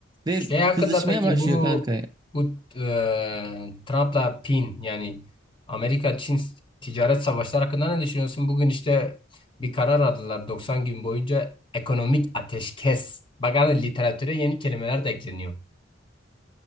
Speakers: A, on the right; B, on the left.
A: ve
B: Şey hakkında
A: kızışmaya
B: peki
A: başlıyor
B: bu
A: kanka.
B: bu eee, Trump'la Pin yani Amerika-Çin ticaret savaşları hakkında ne düşünüyorsun? Bugün işte bir karar aldılar 90 gün boyunca ekonomik ateşkes. Bak hani literatüre yeni kelimeler de ekleniyor.